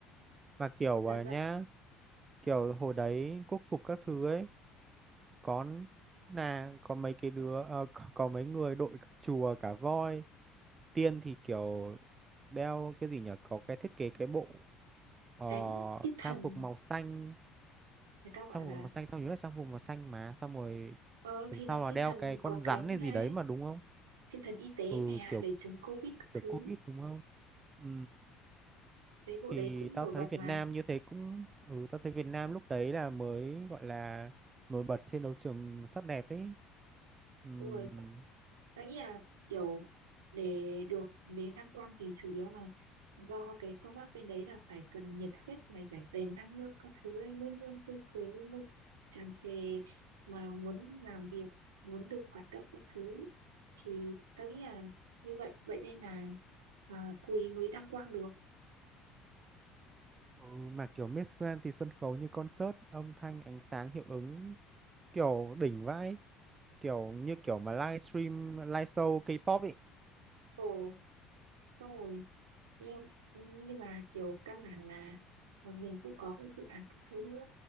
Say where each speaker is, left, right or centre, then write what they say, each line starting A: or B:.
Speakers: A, on the right; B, on the right.
A: Và kiểu
B: là
A: à,
B: dạng
A: nhá, kiểu hồi đấy quốc phục các thứ ấy, có là có mấy cái đứa ờ, có, có mấy người đội cả chùa cả voi. Tiên thì kiểu đeo cái gì nhỉ? Có cái thiết kế cái bộ ờ,
B: cánh thiên thần
A: trang phục màu xanh,
B: người ta
A: trang
B: gọi là
A: phục màu xanh tao nhớ là trang phục màu xanh mà, xong rồi
B: ờ
A: đằng
B: thì
A: sau
B: là
A: là
B: thiên
A: đeo
B: thần
A: cái con
B: có
A: rắn
B: cánh
A: hay gì
B: ấy
A: đấy mà đúng không?
B: thiên thần y tế
A: Ừ
B: mẹ ạ
A: kiểu
B: để chống covid các thứ
A: kiểu Covid đúng không? Ừ.
B: đấy bộ
A: thì
B: đấy cũng
A: tao
B: nổi
A: thấy
B: bật
A: Việt
B: mà
A: Nam như thế cũng ừ tao thấy Việt Nam lúc đấy là mới gọi là nổi bật trên đấu trường sắc đẹp ấy Ừm,
B: Đúng rồi. nghĩ là kiểu để được đến đăng quang thì chủ yếu là do cái công tác bên đấy là phải cần nhiệt huyết này phải đầy năng lượng các thứ ấy, luôn luôn tươi cười luôn luôn tràn trề mà muốn làm việc muốn được hoạt động các thứ thì tôi nghĩ là như vậy vậy nên là à, quý mới đăng quang được
A: ừ, mà kiểu Miss Grand thì sân khấu như concert âm thanh ánh sáng hiệu ứng kiểu đỉnh vãi kiểu như kiểu mà livestream live show K-pop ấy
B: ồ xong rồi nhưng, nhưng mà kiểu căn bản là là mình cũng có các dự án các thứ nữa